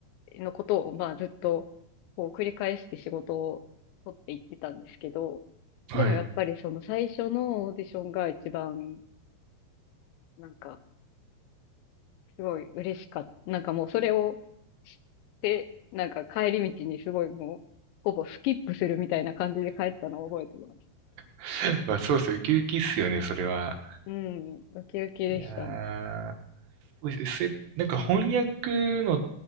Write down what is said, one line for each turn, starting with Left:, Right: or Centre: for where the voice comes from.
Left: のことを、まあ、ずっと、こう、繰り返して仕事を取っていってたんですけど、
Right: うんはい。
Left: でもやっぱりその最初のオーディションが一番、なんか、すごい嬉しかった。なんかもうそれを知って、なんか帰り道にすごいもう、ほぼスキップするみたいな感じで帰ったのを覚えてます。
Right: <laughs> まあ、そうですよ。ウキウキっすよね、それは。
Left: うん、ウキウキでしたね。
Right: いやー、お、うそれ、なんか翻訳の、